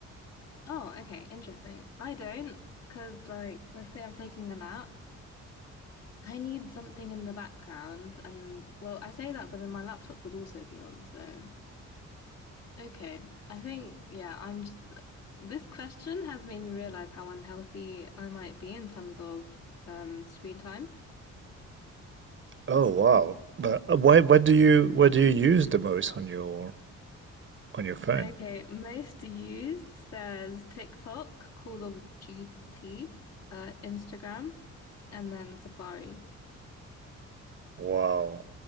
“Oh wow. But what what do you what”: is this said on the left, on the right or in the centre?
Right